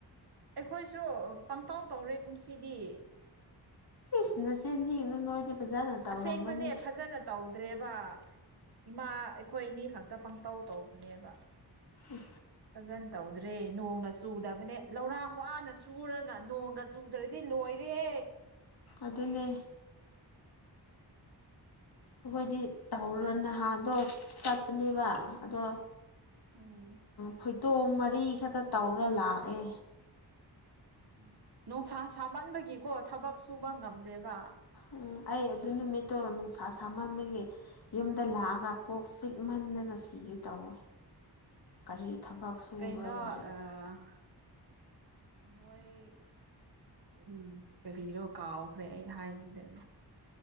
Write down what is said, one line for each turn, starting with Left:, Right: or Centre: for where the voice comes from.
Right: ꯑꯩꯈꯣꯏꯁꯨ ꯄꯪꯇꯥꯎ ꯇꯧꯔꯦ ꯀꯨꯝꯁꯤꯗꯤ
Left: ꯢꯁ ꯅꯆꯤꯟ ꯊꯤꯒꯅꯨ ꯅꯣꯏꯗꯤ ꯐꯖꯅ ꯇꯧꯔꯝꯒꯅꯤ
Right: ꯑꯁꯦꯡꯕꯅꯦ ꯐꯖꯅ ꯇꯧꯗ꯭ꯔꯦꯕ ꯏꯃꯥ ꯑꯩꯈꯣꯏ ꯑꯅꯤ ꯈꯛꯇ ꯄꯪꯇꯧ ꯇꯧꯕꯅꯦꯕ
Left: ꯎꯝ
Right: ꯐꯖꯅ ꯇꯧꯗ꯭ꯔꯦ ꯅꯣꯡꯅ ꯆꯨꯗꯕꯅꯦ ꯂꯧꯔꯥꯡ ꯋꯥꯅ ꯁꯨꯔꯒ ꯅꯣꯡꯒ ꯆꯨꯗ꯭ꯔꯗꯤ ꯂꯣꯏꯔꯦ
Left: ꯑꯗꯨꯅꯦ ꯑꯩꯈꯣꯏꯗꯤ ꯇꯧꯔꯣ ꯅꯍꯥꯟꯗꯣ ꯆꯠꯄꯅꯦꯕ ꯑꯗꯣ
Right: ꯎꯝ
Left: ꯐꯣꯏꯇꯣꯝ ꯃꯔꯤ ꯈꯛꯇ ꯇꯧꯔ ꯂꯥꯛꯑꯦ
Right: ꯎꯝ ꯅꯨꯡꯁꯥ ꯁꯥꯃꯟꯕꯒꯤꯀꯣ ꯊꯕꯛ ꯁꯨꯕ ꯉꯝꯗꯦꯕ
Left: ꯎꯝ ꯑꯩ ꯑꯗꯨ ꯅꯨꯃꯤꯠꯇꯣ ꯅꯨꯡꯁꯥ ꯁꯥꯃꯟꯕꯒꯤ ꯌꯨꯝꯗ ꯂꯥꯛꯑꯒ ꯀꯣꯛ ꯆꯤꯛꯃꯟꯗꯅ ꯁꯤꯒꯦ ꯇꯧꯋꯦ ꯀꯔꯤ ꯊꯕꯛ ꯁꯨꯕ꯭ꯔꯥꯅꯣ
Right: ꯀꯩꯅꯣ ꯑꯥ ꯅꯣꯏ ꯎꯝ ꯀꯔꯤꯅꯣ ꯀꯥꯎꯈ꯭ꯔꯦ ꯑꯩ ꯍꯥꯏꯈꯤꯗꯕ